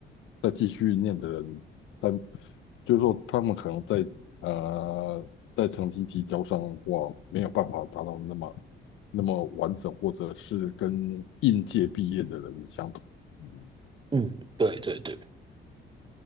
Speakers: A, on the left; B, on the right.
A: 再继续念的人，在就是说他们可能在呃在成绩提交上的话，没有办法达到那么那么完整，或者是跟应届毕业的人相同。嗯
B: 嗯，对对对。